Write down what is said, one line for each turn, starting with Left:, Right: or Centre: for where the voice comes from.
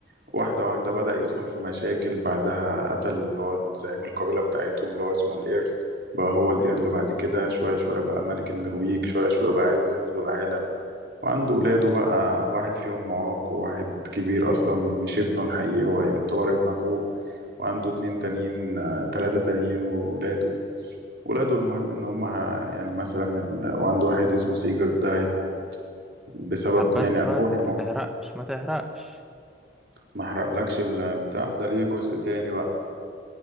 Right: واحدة واحدة بدأ يدخل في مشاكل بعدها قتل اللي هو زعيم القبيلة بتاعتهم اللي هو اسمه الإيرل بقى هو الإيرل بعد كده شوية شوية بقى ملك النرويج شوية شوية بقى عايز يغزو العالم وعنده ولاده بقى واحد فيهم معاق وواحد كبير أصلا مش ابنه الحقيقي هو يعتبر ابن أخوه وعنده اتنين تانيين آه، تلاتة تانيين وولاده ولاده المهم إن هم ه- يعني مثلا ال... وعنده واحد اسمه سيجرد ده هيموت بسبب
Centre: طب بس
Right: يعني أخوه
Centre: بس
Right: هيموت
Centre: ما تحرقش ما تحرقش
Right: ما أحرقلكش ال- البتاع ده ليه جزء تاني بقى